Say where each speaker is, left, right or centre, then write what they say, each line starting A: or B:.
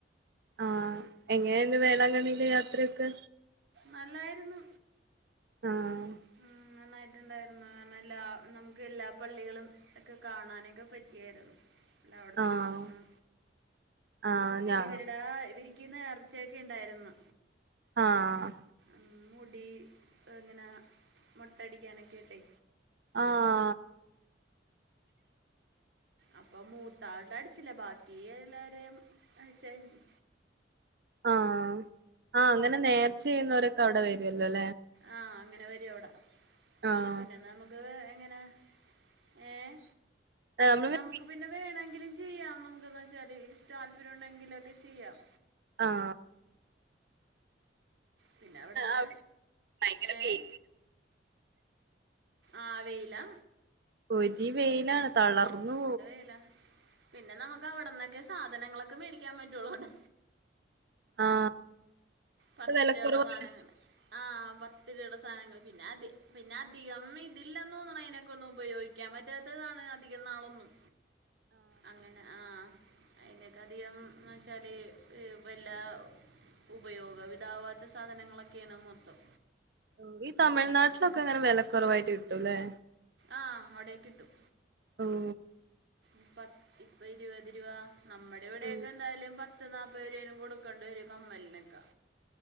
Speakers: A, on the right (about 60°); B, on the right (about 75°).
A: ആഹ് എങ്ങനെണ്ട് വേളാങ്കണ്ണീലെ യാത്രയൊക്കെ
B: നല്ലായിരുന്നു
A: ആഹ്
B: ഉം നന്നായി ട്ട്ണ്ടായിരുന്നു ന്നല്ലാ നമുക്ക് എല്ലാ പള്ളികളും ഒക്കെ കാണാനൊക്കെ പറ്റിയാരുന്നു എല്ലാവിട്ത്തും
A: ആഹ്
B: നടന്ന്
A: ആഹ്
B: പിന്നെ
A: ഞാ
B: ഇവര്ടെ ആഹ് ഇവര് ക്ക് നേർച്ചയൊക്കെ ഇണ്ടായിരുന്നു
A: ആഹ് ആഹ്
B: ഉം മുടി ഇങ്ങനാ മൊട്ടയടിക്കാനൊക്കേയ്ട്ടെ
A: ആഹ്
B: അപ്പൊ മൂത്താള്ടെ അടിച്ചില്ല ബാക്കി എല്ലാരേം അടിച്ചായിരുന്നു
A: ആഹ് ആഹ് അങ്ങനെ നേർച്ചെയ്യുന്നോരൊക്കെ അവിടെ വെരൊല്ലൊലെ
B: ആഹ് അങ്ങനെ വരു അവ്ടെ
A: ആഹ്
B: പിന്നെ നമുക്ക് എങ്ങനെ ഏഹ്
A: നമ്മള്
B: നമു ക്ക് പിന്നെ വേണെങ്കിലും ചെയ്യാം നമുക്ക്ന്ന്ച്ചാല് ഇഷ്ടം താല്പര്യണ്ടെങ്കിലൊക്കെ ചെയ്യാം
A: ആഹ്
B: പിന്നെ അവിട്ന്ന്
A: അവിടെ ഭയങ്കര
B: ഏഹ്
A: വെയി
B: ആഹ് വെയ്ലാ
A: പൊരി വെയിലാണ് തളർന്നു പോവും
B: യിലാ പിന്നെ നമുക്ക് അവിടന്നൊക്കെ സാധനങ്ങളൊക്കെ മേടിക്കാൻ പറ്റൊള്ളൂട്ടോ
A: ആഹ്
B: പത്ത്
A: വിലക്കുറവാണല്ലേ?
B: രുവയുടെ സാധനങ്ങള് ആഹ് പത്ത് രുവയുടെ സാധനങ്ങള് പിന്നെ അത് പിന്നെ അധികം ഇതില്ലെന്ന് തോന്ന്ണു അയ്നൊക്കെ ഒന്നു ഉപയോയിക്കാൻ പറ്റാത്തതാണ് അധികം നാളൊന്നും അങ്ങനെ ആഹ് അയിനൊക്കെ അധികംന്ന് വെച്ചാല് ഇഹ് വല്ലാ ഉപയോ ഗവിതാവാത്ത സാധനങ്ങളൊക്കെയാണ് മൊത്തം
A: ഉം ഈ തമിഴ്നാട്ടിലൊക്കെ അങ്ങനെ വെലക്കൊറവായിട്ട് കിട്ടൂല്ലേ
B: ആഹ് അവിടെക്കിട്ടും
A: ഓഹ്
B: ഇപത്ത് ഇപ്പ ഇരുപത് രൂപ നമ്മടെ ഇവിടെയൊക്കെ
A: ഉം
B: എന്തായാലും പ ത്ത് നാപത് രൂവേലും കൊടുക്കണ്ട് വെരും ഈ കമ്മൽനെക്കെ